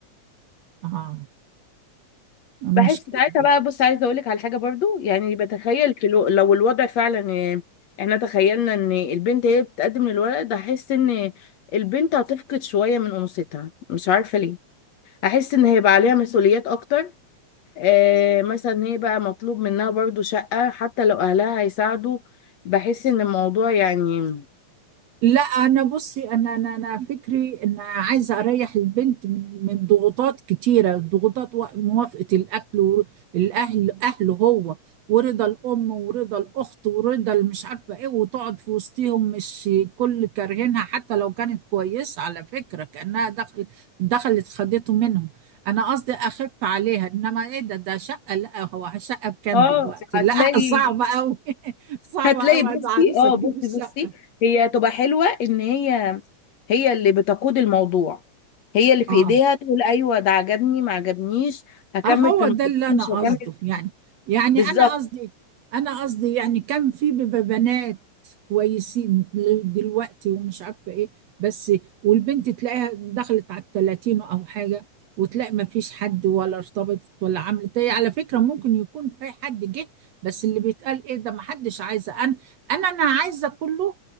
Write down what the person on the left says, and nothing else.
بحس ساعتها بقى بص عايزه اقول لك على حاجه برضو يعني بتخيل في لو, لو الوضع فعلا آه، احنا تخيلنا ان البنت هي بتقدم الورق ده هحس ان البنت هتفقد شويه من انوثتها مش عارفه ليه هحس ان هيبقى عليها مسؤوليات اكتر آه مثلا هي بقى مطلوب منها برضو شقه حتى لو اهلها هيساعدوا بحس ان الموضوع يعني
اه
هتلاقي
هتلاقي
بصي
اه
بصي
بصي هي تبقى حلوة ان هي هي اللي بتقود الموضوع هي اللي في
ايديها تقول ايوه ده عجبني ما عجبنيش هكمل
في الموضوع
مش
هكمل
بالظبط